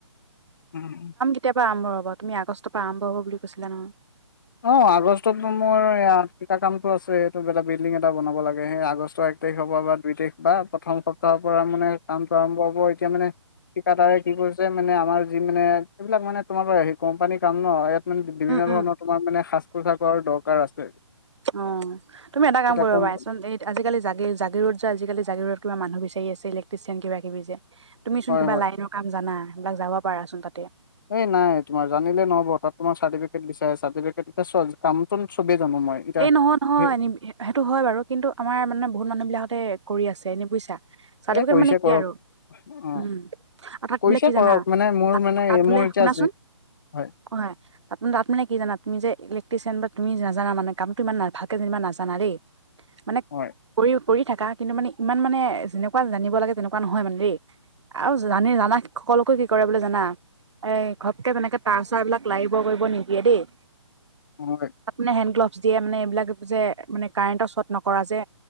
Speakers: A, on the left; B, on the right.
A: উম।
B: তিয়াৰ পৰা আৰম্ভ হ'ব তুমি আগষ্ট পৰা আৰম্ভ হ'ব বুলি কৈছিলা নহয়।
A: অ', আগষ্টত মোৰ ইয়াত ঠিকা কামটো আছে এইটো বেলেগ বিল্ডিং এটা বনাব লাগে সেই আগষ্ট এক। এক তাৰিখ হব বা দুই তাৰিখ বা প্ৰথম সপ্তাহৰ পৰা মানে কামটো আৰম্ভ হব এতিয়া মানে। ঠিকাদাৰে কি কৰিছে মানে আমাৰ যি মানে, এইবিলাক মানে তোমাৰ হেৰি কোম্পানীৰ কাম ন ইয়াত। মানে বিভিন্ন
B: উম, উম,
A: ধৰণৰ তোমাৰ মানে সাজ-পোছাকৰ দৰকাৰ আছে।
B: অ', তুমি এটা কাম
A: এতিয়া
B: কৰিব
A: কম
B: পাৰাচোন এই আজিকালি জাগি-জাগিৰোড। <inaudible> আজিকালি জাগিৰোডত কিবা মানুহ বিচাৰি আছে‌ ইলেকট্ৰিচিয়ান কিবা কিবি যে তুমিচোন
A: হয়
B: কিবা
A: হয়
B: লাইনৰ। কাম জানা‌ সেইবিলাক যাব পাৰাচোন তাতে।
A: এই নাই তোমাৰ জানিলে নহ'ব তাত তোমাৰ চাৰ্টিফিকেট বিচাৰে চাৰ্টিফিকেট এতিয়া চোৱা কামটোন চবেই জানো মই। এতিয়া
B: এই নহয়, নহয়,
A: সেই
B: নিবিহে। সেইটো হয় বাৰু। কিন্তু আমাৰ মানে বহুত মানুহ বিলাকহতে কৰি আছে এনে বুইছা। চাৰ্টিফিকেট
A: এ কৰিছে
B: মানে কি
A: কৰক
B: আৰু
A: অ
B: উম। আৰু তাত
A: কৰিছে
B: বোলে কি জানা,
A: কৰক মানে মোৰ
B: তাত,
A: মানে
B: তাত বোলে
A: মোৰ এতিয়া
B: শুনাচোন
A: যি হয়
B: একো নাই। তাত মানে, তাত মানে কি জানা তুমি যে ইলেক্ট্ৰিচিয়ান বা তুমি নাজানা মানে কামটো ইমান না ভালকে যেনিবা নাজানা দেই, মানে
A: হয়
B: কৰি উ- কৰি থাকা। কিন্তু ইমান মানে যেনেকুৱা জানিব লাগে তেনেকুৱা নহয় মানে দেই। আৰু জানি জানা সকলোকো কি কৰে বোলে জানা! এই ঘপকে তেনেকে তাঁৰ-ছাঁৰ বিলাক লাৰিব কৰিব নিদিয়ে দেই।
A: হয়।
B: তাত মানে হেণ্ড গ্লোভ দিয়ে মানে। এইবিলাক যে মানে কাৰেণ্টৰ চৰ্ত নকৰা যে